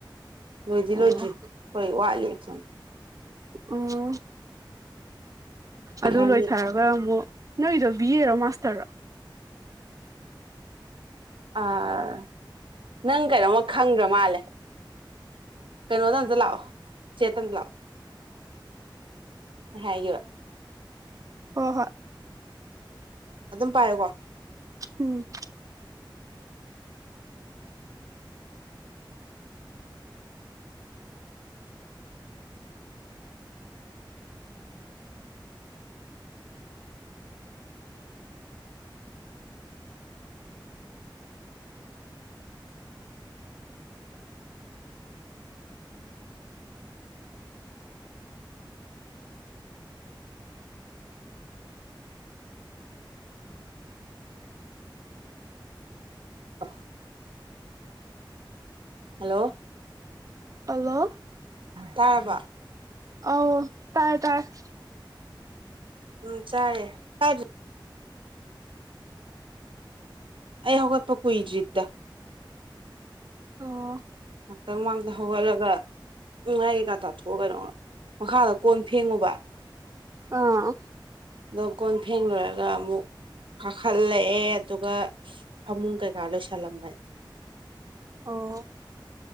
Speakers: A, on the right; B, on the right.
A: ꯂꯣꯏꯗꯤ
B: ꯑꯣ
A: ꯂꯣꯏꯗ꯭ꯔꯤ ꯍꯣꯏ ꯋꯥꯠꯂꯤ ꯁꯨꯝ
B: ꯑꯣ ꯑꯗꯨ
A: ꯍꯥꯏꯗꯤ
B: ꯂꯣꯏꯊꯔꯒ ꯑꯃꯨꯛ ꯅꯣꯏꯗꯣ ꯕꯤꯑꯔ ꯃꯥꯁꯇꯔ
A: ꯑꯥ ꯅꯪ ꯀꯩꯅꯣꯝꯃ ꯈꯪꯗ꯭ꯔ ꯃꯥꯜꯂꯦ ꯀꯩꯅꯣꯗꯗ ꯂꯥꯛꯑꯣ ꯆꯦꯇꯗ ꯂꯥꯛꯑꯣ ꯍꯥꯏꯒꯤ
B: ꯑꯣ ꯍꯣꯏ
A: ꯑꯗꯨꯝ ꯄꯥꯏꯣꯀꯣ
B: ꯎꯝ
A: ꯑ ꯍꯜꯂꯣ
B: ꯍꯜꯂꯣ
A: ꯇꯥꯕ
B: ꯑ ꯇꯥꯏꯦ ꯇꯥꯏꯔꯦ
A: ꯎꯝ ꯆꯔꯦ ꯀ ꯑꯩ ꯍꯧꯒꯠꯄ ꯀꯨꯏꯗ꯭ꯔꯤꯠꯇ
B: ꯑꯣ
A: ꯉꯥꯏꯍꯥꯛꯇꯪ ꯃꯃꯥꯡꯗ ꯍꯧꯒꯠꯂꯒ ꯎꯝ ꯉꯥꯏ ꯀꯩꯀꯥ ꯇꯥꯊꯣꯛꯑ ꯀꯩꯅꯣ ꯃꯈꯥꯗ ꯀꯣꯟ ꯐꯦꯡꯉꯨꯕ
B: ꯑꯥ
A: ꯑꯗꯣ ꯀꯣꯟ ꯐꯦꯡ ꯂꯣꯏꯔꯒ ꯑꯃꯨꯛ ꯀꯥꯈꯠꯂꯛꯑꯦ ꯑꯗꯨꯒ ꯐꯃꯨꯡ ꯀꯩꯀꯥ ꯂꯣꯏꯁꯜꯂꯝꯃꯅꯤ
B: ꯑꯣ